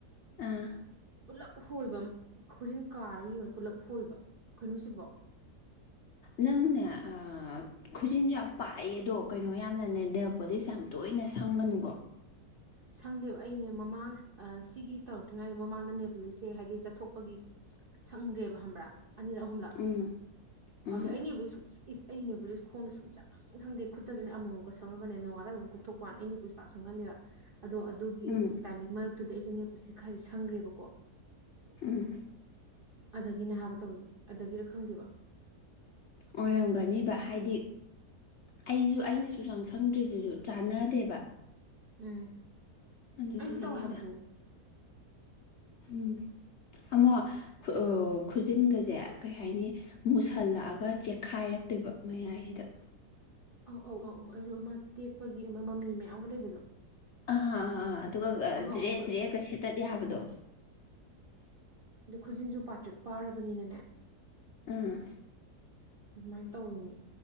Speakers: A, on the left (about 60°); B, on the right (about 50°).
A: ꯑꯥ
B: ꯄꯨꯂꯞ ꯈꯣꯏꯕ ꯈꯨꯖꯤꯟ ꯀꯥꯔꯒ ꯑꯣꯏꯅ ꯄꯨꯂꯞ ꯈꯣꯏꯕ ꯀꯩꯅꯣ ꯁꯤꯕꯣ
A: ꯅꯪꯅꯦ ꯑꯥ ꯈꯨꯖꯤꯟꯁꯨ ꯌꯥꯝ ꯄꯥꯛꯑꯦ ꯑꯗꯣ ꯀꯩꯅꯣ ꯌꯥꯝꯅꯅꯦ ꯅꯦꯜ ꯄꯣꯂꯤꯁ ꯌꯥꯝ ꯇꯣꯏꯅ ꯁꯪꯒꯅꯨꯀꯣ
B: ꯁꯪꯗꯦꯕ ꯑꯩꯅꯦ ꯃꯃꯥꯡ ꯁꯤꯒꯤ ꯇꯧꯔꯛꯇ꯭ꯔꯤꯉꯩꯗ ꯃꯃꯥꯡꯗ ꯅꯦꯜꯄꯂꯤꯁꯦ ꯍꯥꯏꯗꯤ ꯆꯠꯊꯣꯛꯄꯒꯤ ꯁꯪꯗ꯭ꯔꯦꯕ ꯈꯪꯕ꯭ꯔꯥ ꯑꯅꯤꯔꯛ ꯑꯍꯨꯝꯂꯛ
A: ꯎꯝ ꯎꯝ
B: ꯑꯗꯨꯗ ꯑꯩ ꯅꯦꯜꯄꯣꯂꯤꯁ ꯁꯨꯡ ꯏꯁ ꯑꯩ ꯅꯦꯕꯣꯂꯤꯁ ꯈꯣꯡꯗ ꯁꯨꯡ ꯁꯥꯡ ꯁꯨꯡ ꯁꯪꯗꯦ ꯈꯨꯠꯇꯁꯨꯅꯦ ꯑꯃꯨꯛꯃꯨꯛꯀ ꯁꯪꯉꯒꯅꯦ ꯅꯣꯡꯉꯥꯜꯂꯒ ꯑꯗꯨꯝ ꯀꯣꯛꯊꯣꯛꯄꯩ ꯋꯥꯅꯦ ꯑꯩꯩꯅ ꯅꯦꯜꯄꯣꯂꯤꯁ ꯄꯥꯛꯅ ꯁꯪꯒꯥꯟꯗꯦꯕ ꯑꯗꯣ ꯑꯗꯨꯒꯤ
A: ꯎꯝ
B: ꯇꯥꯏꯃꯤꯡ ꯃꯔꯛꯇꯨꯗ ꯑꯩꯁꯦ ꯅꯦꯜꯄꯂꯤꯁꯁꯦ ꯈꯔꯗꯤ ꯁꯪꯈ꯭ꯔꯦꯕꯀꯣ
A: ꯎꯝ
B: ꯑꯗꯒꯤꯅꯦ ꯍꯥꯏꯕ ꯇꯧꯔꯤꯁꯦ ꯑꯗꯒꯤꯔ ꯈꯪꯗꯦꯕ
A: ꯑꯣꯏꯔꯝꯒꯅꯤꯕ ꯍꯥꯏꯗꯤ ꯑꯩꯁꯨ ꯑꯩꯅꯁꯨ ꯁꯨꯡꯁꯪ ꯁꯪꯗ꯭ꯔꯤꯁꯤꯁꯨ ꯆꯥꯟꯅꯗꯦꯕ
B: ꯎꯝ
A: ꯑꯗꯨꯗꯨꯒꯤꯅꯤꯗ
B: ꯑꯩꯁꯨ ꯇꯧꯋꯦ ꯍꯥꯏꯕꯗꯣ
A: ꯎꯝ ꯑꯃꯨꯛ ꯈꯨꯖꯤꯟꯒꯁꯦ ꯀꯩ ꯍꯥꯏꯅꯤ ꯃꯨꯁꯜꯂꯛꯑꯒ ꯆꯦꯛꯈꯥꯏꯔꯛꯇꯣꯏꯕ ꯃꯌꯥꯏꯁꯤꯗ
B: ꯑꯧ ꯑꯧ ꯑꯧ ꯑꯧ ꯑꯩꯁꯨ ꯑꯃ ꯇꯦꯛꯄꯒꯤ ꯑꯃ ꯃꯃꯤ ꯃꯌꯥꯝꯒ ꯂꯩꯕꯗꯣ
A: ꯑꯍꯥ ꯑꯥ ꯑꯗꯨꯒ
B: ꯑꯉꯧ
A: ꯖ꯭ꯔꯦꯠ
B: ꯑꯉꯧꯕ
A: ꯖ꯭ꯔꯦꯠꯒ ꯁꯦꯠꯇꯠ ꯌꯥꯕꯗꯣ
B: ꯑꯗꯨ ꯈꯨꯖꯤꯟꯁꯨ ꯄꯥꯗꯔꯤꯛ ꯄꯥꯔꯕꯅꯤꯅꯅꯦ
A: ꯎꯝ
B: ꯑꯗꯨꯃꯥꯏꯅ ꯇꯧꯋꯤ